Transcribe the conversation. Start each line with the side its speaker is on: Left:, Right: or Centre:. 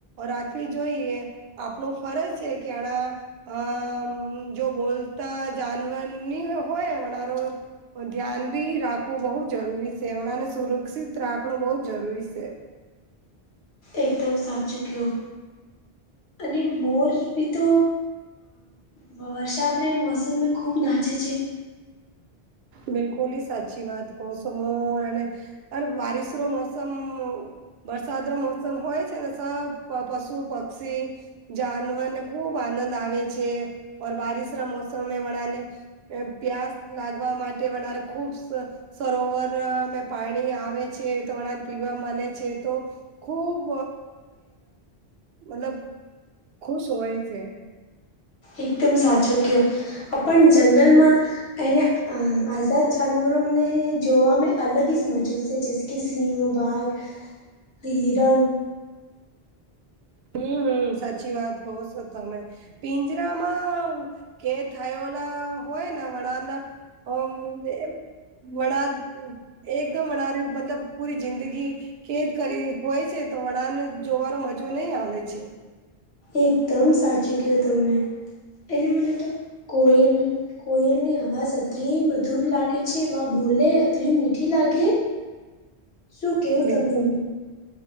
Right: રાખવી જોઈએ આપણ ફરજ છે કે આના અમ જો બોલતા જાનવરની હોય વરો ધ્યાન બી રાખવું બહુ જરૂરી છેમણાને સુરક્ષિત રાખવું બહુ જ જરૂરી છે.
Left: એકદમ સાચું કીધું. અને મોર બી તો વરસાદ રહે મોસમમાં ખૂબ નાચે છે.
Right: બિલકુલ સાચી વાત કહ સ મોર અને ત બરિશ ન મોસમ વરસાદ ન મોસમ હોય છે ને સ પશુ પક્ષી જાનવરને ખુબ આનંદ આવે છે ઓર બારિશ ના મોસમે વણા ને પ્યાસ લાગવા માટે વનારે ખુબ સરોવર અમે પાણી આવે છે તો વણાર પીવા મળે છે તો ખુબ મતલબ ખુશ હોય છે.
Left: એકદમ સાચો કયો આપ જંગલમાં એને આઝાદ જાનવરોને જોવામાં અલગ જ મજો છે જે કે સિહ, બાઘ, હિરણ.
Right: હમ્મ સાચી વાત કહો છો તમે. પિંજરામાં કેદ થયેલા હોયને વણાના અમ વણા એકદમ વનારી મતલબ પૂરી જિંદગી ખેદ કરી હોય છે તો વડાન જોવાનો મજો નહી આવે છે.
Left: એકદમ સાચું કીધું તમે એને મને તો કોયલ કોયલની અવાજ અતરી મધુર લાગે છે વા બોલે અતરી મીઠી લાગે શું કેવું
Right: બિલકુલ,
Left: તમને